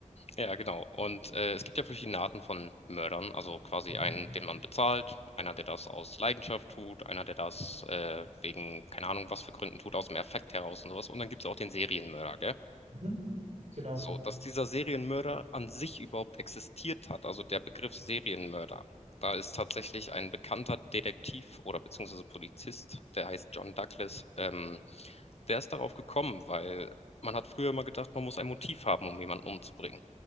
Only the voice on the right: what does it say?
Mhm.
Mhm. Genau.